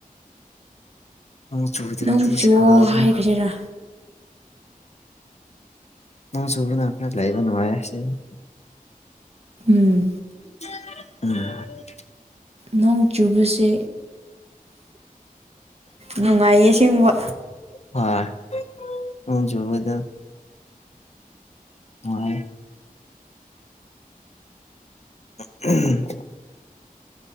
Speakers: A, on the left (about 45°); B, on the right (about 45°).
A: ꯅꯣꯡ ꯆꯨꯗ꯭ꯔꯗꯤ
B: ꯅꯣꯡ ꯆꯨꯑꯣ
A: ꯁꯥꯕꯅꯤ
B: ꯍꯥꯏꯈ꯭ꯔꯁꯤꯔꯥ
A: ꯅꯣꯡ ꯆꯨꯕꯅ ꯈꯔ ꯂꯩꯕ ꯅꯨꯡꯉꯥꯏꯌꯦ ꯁꯤꯗꯗꯤ
B: ꯎꯝ
A: <unintelligible>
B: ꯅꯣꯡ ꯆꯨꯕꯁꯦ ꯅꯨꯡꯉꯥꯏꯌꯦ ꯑꯁꯦꯡꯕ
A: ꯍꯣꯏ ꯅꯣꯡ ꯆꯨꯕꯗ ꯅꯨꯡꯉꯥꯏꯌꯦ <unintelligible>